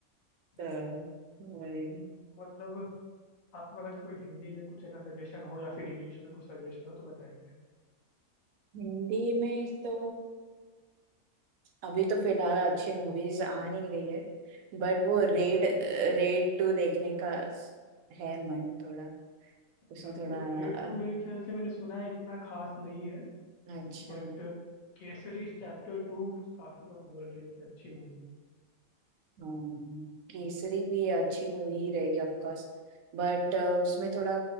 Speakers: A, on the left; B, on the right.
A: बिल्कुल
B: तो वही
A: मतलब आपके पास अगर कोई हिंदी में कुछ है ना सजेशन हो या फिर इंग्लिश में कुछ सजेशन हो तो बताइए
B: हिंदी में तो अभी तो फिलहाल अच्छी मूवीज आ नहीं रही है बट वो रेड
A: बिल्कुल सच
B: रेड टू देखने का स- है मन थोड़ा
A: अच्छा
B: उसमें थोड़ा
A: कि रेड
B: अ,
A: टू मेरे ख्याल से मैंने सुना है इतना खास नहीं है
B: अच्छा
A: बट केसरी चैप्टर टू काफ़ी लोग बोल रहे हैं कि अच्छी मूवी है
B: हाँ केसरी भी अच्छी मूवी रहेगी ऑफकोर्स बट उसमें थोड़ा